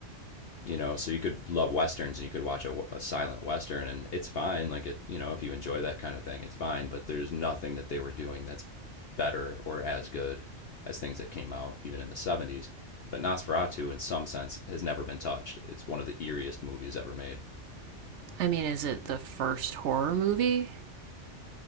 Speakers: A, on the left; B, on the right.
A: You know, so you could love westerns and you could watch a, a silent western and it's fine. Like it, you know, if you enjoy that kind of thing, it's fine. But there's nothing that they were doing that's better or as good as things that came out even in the 70s. But Nosferatu, in some sense, has never been touched. It's one of the eeriest movies ever made.
B: I mean, is it the first horror movie?